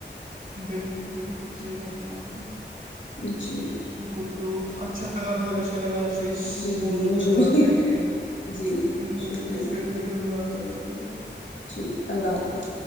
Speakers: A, on the right; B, on the left.
A: بالکل بالکل صحیح بتایا آپ نے
B: جی
A: بالکل تو اچھا لگا بہت اچھا لگا آپ سے اس
B: جی
A: موضوع
B: جی مجھے
A: پہ
B: بھی
A: بات کر کے
B: جی
A: بالکل
B: شکریہ
A: پھر کے کبھی ملاقات ضرور ہوگی
B: ٹھیک ہے اللہ حافظ